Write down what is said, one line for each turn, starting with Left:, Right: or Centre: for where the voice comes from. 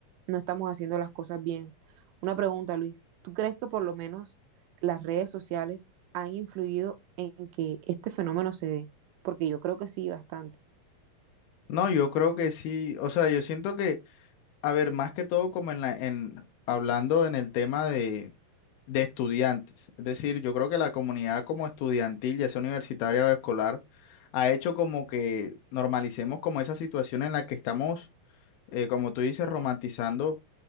Right: no estamos haciendo las cosas bien. Una pregunta, Luis, ¿tú crees que por lo menos las redes sociales han influido en que este fenómeno se dé? Porque yo creo que sí, bastante.
Left: No, yo creo que sí, o sea, yo siento que, a ver, más que todo como en la, en, hablando en el tema de, de estudiantes, es decir, yo creo que la comunidad como estudiantil, ya sea universitaria o escolar, ha hecho como que normalicemos como esa situación en la que estamos, eh, como tú dices, romantizando